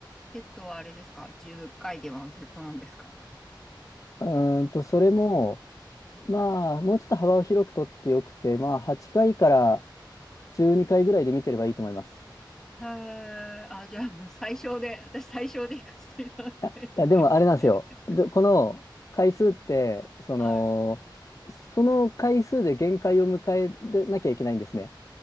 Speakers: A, in the centre; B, on the left.
A: セットはあれですか ?10 回でワンセットなんですか
B: うーんと、それも、まあもうちょっと幅を広くとってよくて、まあ8回かいから12回ぐらいで見てればいいと思います。
A: へえ、あ、じゃあもう最小で、私最小で行かせていただきたいんで。
B: いや、いやでもあれなんですよ。
A: <laughs>
B: で、この回数って、その、
A: はい。
B: その回数で限界を迎えなきゃいけないんですね。